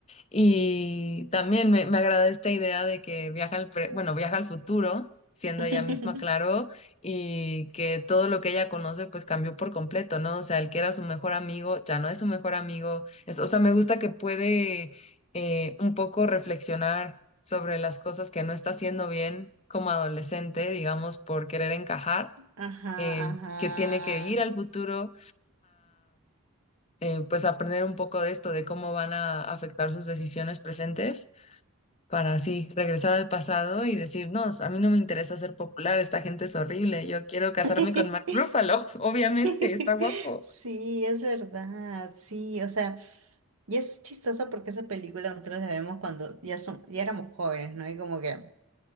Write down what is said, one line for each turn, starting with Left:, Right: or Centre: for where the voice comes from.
Left: y también me, me agrada esta idea de que viaja al, pre- bueno, viaja al futuro, siendo
Right: <laughs>
Left: ella misma Claro, y que todo lo que ella conoce pues cambió por completo, ¿no? O sea, el que era su mejor amigo ya no es su mejor amigo. Es, o sea, me gusta que puede eh, un poco reflexionar sobre las cosas que no está haciendo bien como adolescente, digamos, por querer encajar,
Right: Ajá,
Left: eh,
Right: ajá.
Left: que tiene que ir al futuro eh, pues aprender un poco de esto, de cómo van a afectar sus decisiones presentes, para así regresar al pasado y decir, no, a mí no me interesa ser popular, esta gente es horrible, yo quiero casarme
Right: <laughs>
Left: con Mark Ruffalo, <laughs> obviamente,
Right: <laughs>
Left: está guapo.
Right: Sí, es verdad, sí, o sea, y es chistoso porque esa película nosotros la vemos cuando ya son, ya éramos jóvenes, ¿no? Y como que